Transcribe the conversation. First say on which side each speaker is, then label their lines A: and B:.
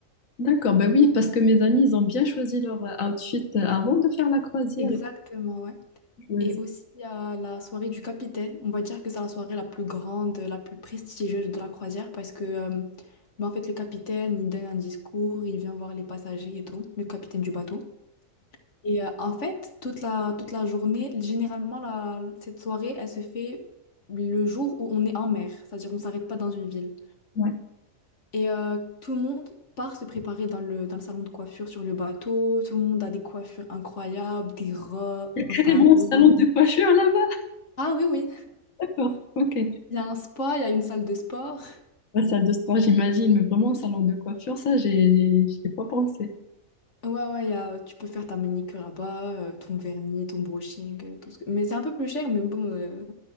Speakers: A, on the left; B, on the left.
A: D'accord, bah oui, parce que mes amis, ils ont bien choisi leur euh, outfit euh, avant de faire la croisière.
B: Exactement,
A: Et
B: ouais.
A: tout, ouais.
B: Et aussi, il y a la soirée du capitaine. On va dire que c'est la soirée la plus grande, la plus prestigieuse de la croisière parce que, euh, bah, en fait, le capitaine, il donne un discours, il vient voir les passagers et tout, le capitaine du bateau. Et euh, en fait, toute la, toute la journée, généralement, la, cette soirée, elle se fait le jour où on est en mer, c'est-à-dire on ne s'arrête pas dans une ville.
A: Ouais.
B: Et euh, tout le monde part se préparer dans le, dans le salon de coiffure sur le bateau. Tout le monde a des coiffures incroyables, des robes,
A: Il y a carrément
B: un talon.
A: un salon de coiffure là-bas.
B: Ah oui, oui.
A: D'accord, ok.
B: Il y a un spa, il y a une salle de sport.
A: La salle de sport, j'imagine, mais vraiment un salon de coiffure, ça, j'ai, j'y ai pas pensé.
B: Ouais, ouais, il y a, tu peux faire ta manicure là-bas, euh, ton vernis, ton brushing, euh, tout ce que... Mais c'est un peu plus cher, mais bon, euh,